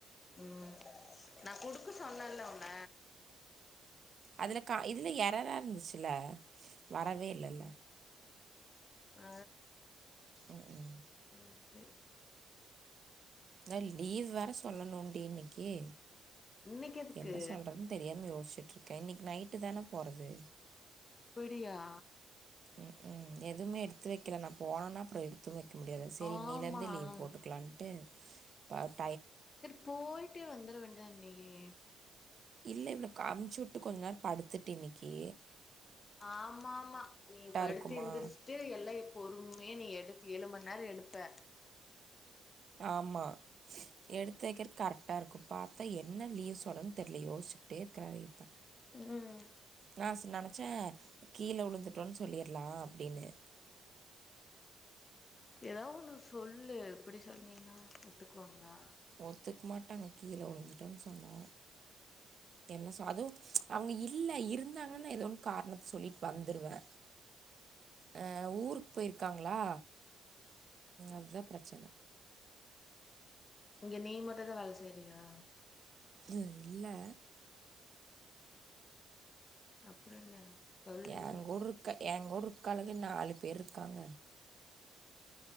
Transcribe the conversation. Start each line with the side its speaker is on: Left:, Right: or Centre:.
Left: ம் நா குடுக்க சொன்னல்ல உன்ன
Right: அதுல கா இதுல எர்ரர்ரா இருந்துச்சுல வரவே இல்லல்ல
Left: ஆ
Right: ம் ம்
Left: செர் செர்
Right: அதா லீவ் வேற சொல்லணும் டி இன்னிக்கு கே
Left: இன்னைக்கு எதுக்கு
Right: என்ன சொல்றதுன்னு தெரியாம யோச்சு க்கே இன்னிக்கு நைட்டு தான போறது
Left: பிடியா
Right: ம்ம் எதுமே எடுத்து வைக்கல நா போனன்னா அப்புறோ எடுத்து வைக் க்க முடியாது சேரி
Left: ஆமா
Right: நீலருந்து லீவ் போட்டுக்கலான்ட்டு பாத்
Left: சேர் போயிட்டே வந்துர வேண்டியதான நியே
Right: இல்ல இவ்காமுச்சு கொஞ்ச நேரோ படுத்துட்டு இன்னிக்கு
Left: ஆமா ஆமா நீ படுத்து
Right: இருக்குமா
Left: இருந்திரச்சிட்டு எல்லா பொறுமையே நீ எடுத் ஏழு மணி நேரோ எடுப்பே
Right: ஆமாம் எடுத்து வைக்கிறக் கரெக்டா இருக்கு பாத்தா என்ன லீவ் சொல்லுனு தெரியலயோஸ் டே க்கிறாரத்தா
Left: ம்
Right: நா நெனச்சே கீழ விழுந்துட்டோ சொல்லிர்லா அப்பிடின்னு
Left: ஏதா ஒன்னு சொல்லு இப்பிடி சொன்னீன்னா ஒத்துக்குவாங்களா
Right: ஒத்துக்க மாட்டாங்க கீழவுழுந்துட்டோன் சொன்னா என்ன சொ அதுவு அவங்க இல்ல இருந்தாங்கனா ஏதோன் காரணத்த சொல்லிட் வந்துருவே ஆ ஊருக்கு போயிருக்காங்களா அதுதா பிரச்சன
Left: இங்க நீ் மட்டுதா வேல செய்றியா
Right: ம் இல்ல
Left: அப்புறோ என்ன சொல்லிரு
Right: ஏ கூடுருக்க ஏ கூடுரு கழகு நாலு பேர் இருக்காங்க